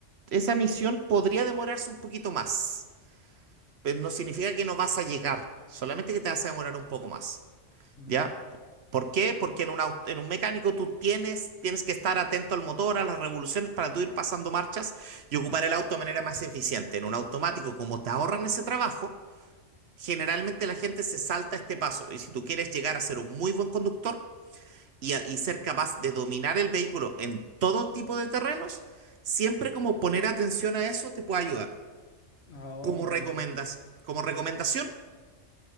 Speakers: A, on the right; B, on the left.
A: esa misión podría demorarse un poquito más. Pero no significa que no vas a llegar, solamente que te vas a demorar un poco más.
B: Mm,
A: ¿Ya? ¿Por qué? Porque en un, aut- en un mecánico tú tienes, tienes que estar atento al motor, a las revoluciones para tú ir pasando marchas y ocupar el auto de manera más eficiente. En un automático, como te ahorran ese trabajo, generalmente la gente se salta este paso. Y si tú quieres llegar a ser un muy buen conductor y, a- y ser capaz de dominar el vehículo en todo tipo de terrenos, siempre como poner atención a eso te puede ayudar.
B: Oh,
A: Como
B: vale.
A: recomendas, como recomendación,